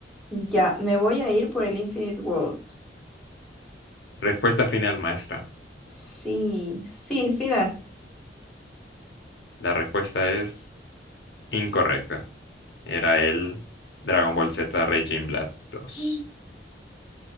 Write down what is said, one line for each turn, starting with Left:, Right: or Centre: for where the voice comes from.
Centre: Ya, me voy a ir por el Infinite World.
Left: Respuesta final, maestra.
Centre: Sí, sí, el final.
Left: La respuesta es incorrecta. Era el Dragon Ball Z Raging Blast dos
Centre: Mm.